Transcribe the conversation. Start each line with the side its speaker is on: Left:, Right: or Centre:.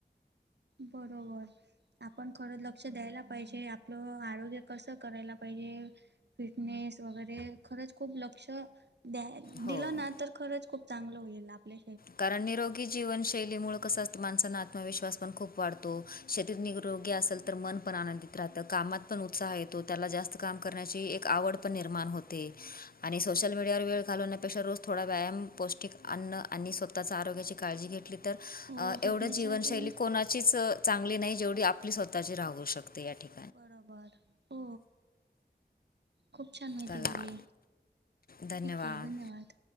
Right: बरोबर. आपण खरं लक्ष द्यायला पाहिजे. आपलं आरोग्य कसं करायला पाहिजे. फिटनेस वगैरे खरंच खूप लक्ष द्या
Left: हो
Right: दिलं ना तर खरंच खूप चांगलं होईल आपले
Left: करण निरोग गी जीवशैलीमुळे कस असतं माणसांना आत्मविश्स पण खूप वाढतो. शरीर निरोगी असेल तर मन पण आनंदित राहतं, कामात पण उत्साह येतो त्याला जास्त काम करण्याची एक आवड पण निर्माण होते. आणि सोशल मीडियावर वेळ घालवण्यापेक्षा रोज थोडा व्यायाम पौष्टिक अन्न आणि स्वतःच आरोग्याची काळजी घेतली अ तर
Right: हो फिटनेससाठी
Left: एवढं जीवनशैली कोणाचीच अ चांगली नाही जेवढी आपली स्वतःची राहू शकते या ठिकणी
Right: बरोबर हो खूप छान माहिती
Left: चला
Right: दिली.
Left: धन्यवाद
Right: ठीक आहे धन्यवाद.